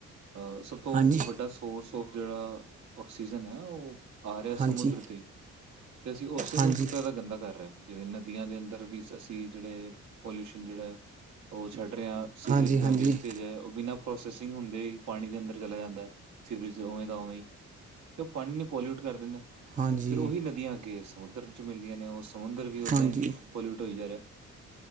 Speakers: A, on the right; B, on the right.
A: ਅਹ ਸਭ ਤੋਂ
B: ਹਾਂਜੀ
A: ਵੱਡਾ ਸੋਰਸ ਆਫ ਜਿਹੜਾ ਆਕਸੀਜਨ ਹੈ ਉਹ ਆ ਰਿਹਾ
B: ਹਾਂਜੀ
A: ਸਮੁੰਦਰ ਤੇ ਹੀ ਤੇ ਅਸੀਂ ਉਸੇ
B: ਹਾਂਜੀ
A: ਨੂੰ ਵੀ ਸਭ ਤੋਂ ਜਾਦਾ ਗੰਦਾ ਕਰ ਰਹੇ ਆ। ਜਿਵੇਂ ਨਦੀਆ ਦੇ ਅੰਦਰ ਵੀ ਅਸੀ ਜਿਹੜੇ ਪੋਲਿਊਸ਼ਨ ਜਿਹੜਾ ਹੈ ਉਹ ਛੱਡ ਰਹੇ ਹਾ। ਸੀਵਰੇਜ
B: ਹਾਂਜੀ
A: ਦਾ
B: ਹਾਂਜੀ
A: ਵੇਸਟੇਜ ਹੈ ਓਹ ਬਿਨਾ ਪ੍ਰੋਸੈਸਿੰਗ ਹੁੰਦੇ ਹੀ ਪਾਣੀ ਦੇ ਅੰਦਰ ਚੱਲੇ ਜਾਂਦਾ ਸੀਵਰੇਜ ਓਵੇਂ ਦਾ ਓਵੇਂ ਹੀ। ਤੇ ਓਹ ਪਾਨੀ ਨੂੰ ਪੋਲਿਊਟ ਕਰ ਦਿੰਦਾ।
B: ਹਾਂਜੀ
A: ਫਿਰ ਓਹੀ ਨਦੀਆਂ ਅੱਗੇ ਸਮੁੰਦਰ ਚ ਮਿਲਦੀਆ ਨੇ ਓਹ ਸਮੁੰਦਰ ਵੀ ਓਦਾਂ
B: ਹਾਂਜੀ
A: ਹੀ ਪੋਲਿਊਟ ਹੋਈ ਜਾ ਰਿਹਾ।